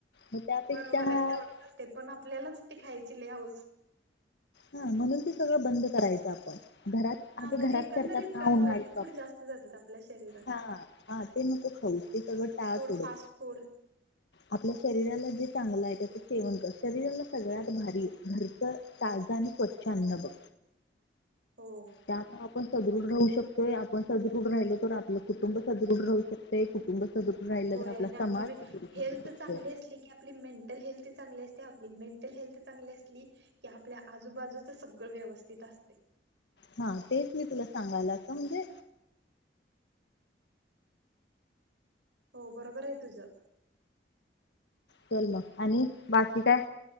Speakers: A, on the left; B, on the right.
A: मग त्यापेक्षा
B: बरोबर
A: हा
B: आहे त्यावर. ते पण आपल्यालाच, ते खायची लई हाऊस.
A: हा, म्हणून ते सगळं बंद करायचं आपण. घरात
B: हा,
A: अगं
B: म्हणजे
A: घरात
B: एकंदरीत
A: करतात ना
B: काय
A: उन्हाळी
B: ऑइली फूड
A: बाप
B: जास्त जातेत आपल्या शरीरात.
A: हा हा ते नको खाऊ ते सगळं
B: ऑइली
A: टाळ
B: फूड,
A: सोडत
B: फास्ट फूड.
A: आपल्या शरीराला जे चांगलं आहे, त्याचं सेवन कर. शरीराला सगळ्यात भारी घरचं ताजं आणि स्वच्छ अन्न बघ.
B: हो.
A: त्यामुळे आपण सदृढ राहू शकतोय. आपण सदृढ राहिलो, तर आपलं कुटुंब सदृढ राहू शक ते, कुटुंब सदृढ राहिलं
B: होय
A: तर आपला
B: आणि आपली
A: समाज
B: वे-
A: सदृढ
B: हेल्थ
A: राहू शकतोय.
B: चांगली की आपली मेंटल हेल्थ चांगली असते, आपली मेंटल हेल्थ चांगली असली की आपल्या आजूबाजूचं सगळं व्यवस्थित असते.
A: हा, तेच मी तुला सांगायला आता म्हणजे
B: हो, बरोबर आहे तुझं.
A: चल मग आणि बाकी काय?